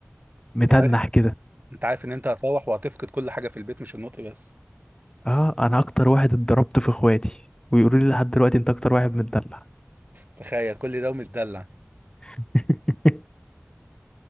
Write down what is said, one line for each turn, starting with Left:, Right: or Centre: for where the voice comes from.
Left: متنح
Right: انت عارف
Left: كده
Right: انت عارف ان انت هتروح وهتفقد كل حاجه في البيت مش النطق بس
Left: اه انا اكتر واحد اتضربت في اخواتي ويقولوا لي لحد دلوقتي انت اكتر واحد متدلع
Right: تخيل كل ده ومتدلع
Left: <laughs>